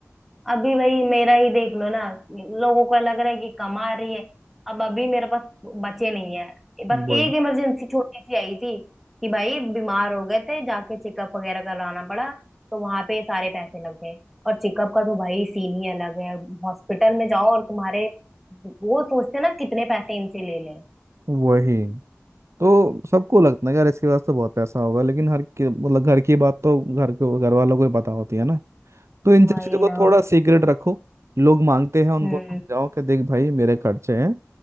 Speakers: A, in the centre; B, on the right.
A: अभी भाई मेरा ही देख लो ना लोगों को लग रहा है कि कमा रही है अब अभी मेरे पास बचे नहीं है बस
B: वही
A: एक इमरजेंसी छोटी सी आई थी कि भाई बीमार हो गए थे जाके चेकअप वगैरह करवाना पड़ा तो वहां पे सारे पैसे लग गए और चेकअप का तो भाई सीन ही अलग है हॉस्पिटल में जाओ और तुम्हारे वो सोचते हैं ना कितने पैसे इनसे ले लें
B: वही तो सबको लगता है यार इसके पास तो बहुत पैसा होगा लेकिन हर के मतलब घर की बात तो घर के घर वालों को ही पता होती है ना तो इन सब
A: वही
B: चीजों को
A: ना
B: थोड़ा सीक्रेट रखो लोग मांगते हैं उनको
A: हम्म
B: समझाओ कि देख भाई मेरे खर्चे हैं